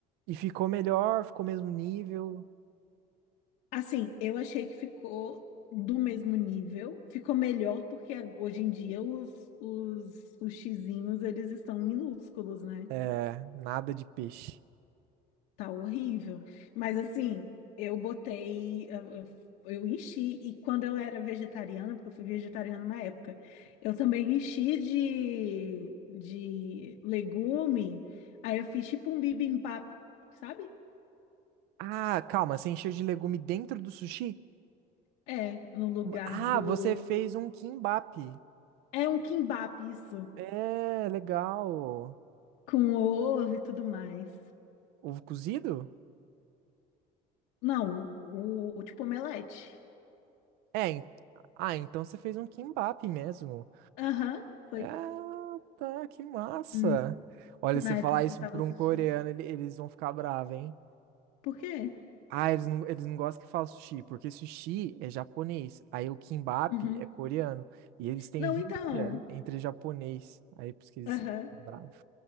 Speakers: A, on the right; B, on the left.
A: E ficou melhor, ficou mesmo nível,
B: Assim, eu achei que ficou do mesmo nível, ficou melhor porque a- hoje em dia os, os sushizinhos, eles estão minúsculos, né?
A: É nada de peixe.
B: Tá horrível. Mas assim, eu botei, eu, eu- eu enchi, e quando eu era vegetariana, porque eu fui vegetariana uma época, eu também enchi de, de legume, aí eu fiz tipo um bibimbap, sabe?
A: Ah, calma, você encheu de legume dentro do sushi?
B: É, no lugar
A: Ah,
B: do...
A: você fez um kimbap.
B: É um kimbap isso.
A: É, legal.
B: Com ovo e tudo mais.
A: Ovo cozido?
B: Não, o, o tipo omelete.
A: É, en- ah, então você fez um kimbap mesmo.
B: Aham, foi.
A: Ah, tá, que massa.
B: Hum,
A: Olha,
B: Na
A: você falar
B: época que
A: isso
B: eu tava
A: pra
B: assistindo.
A: um coreano, ele- eles vão ficar bravos, hein?
B: Por quê?
A: Ah, eles não, eles não gostam que fala sushi, porque sushi é japonês. Aí o kimbap
B: Uhum.
A: é coreano. E eles têm
B: Não,
A: rixa
B: então.
A: entre japonês. Aí por isso que eles
B: Aham.
A: ficam bravos.